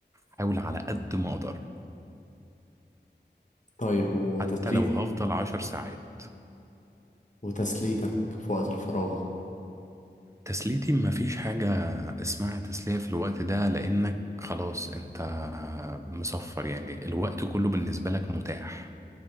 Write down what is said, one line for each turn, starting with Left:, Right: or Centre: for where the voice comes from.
Right: احاول على قد ما اقدر
Left: طيب وتسليتك
Right: حتى لو هفضل عشر ساعات
Left: وتسليتك في وقت الفراغ
Right: تسليتي مفيش حاجة اسمها تسلية في الوقت ده لانك خلاص انت مصفر يعني الوقت كله بالنسبة لك متاح